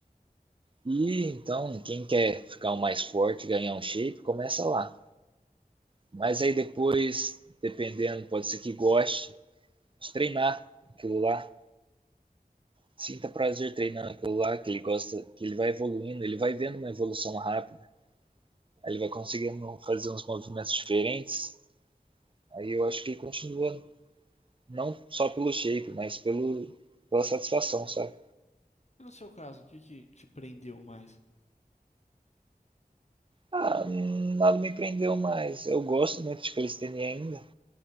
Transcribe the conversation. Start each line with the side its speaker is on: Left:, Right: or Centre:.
Right: E então, quem quer ficar o mais forte, ganhar um shape, começa lá. Mas aí depois, dependendo, pode ser que goste de treinar aquilo lá, sinta prazer treinando aquilo lá, que ele gosta, que ele vai evoluindo, ele vai vendo uma evolução rápida, aí ele vai conseguindo fazer uns movimentos diferentes. Aí eu acho que ele continua não só pelo shape, mas pelo, pela satisfação, sabe?
Left: E no seu caso, o que que te prendeu mais?
Right: Ah, nada me prendeu mais. Eu gosto muito de calistenia ainda,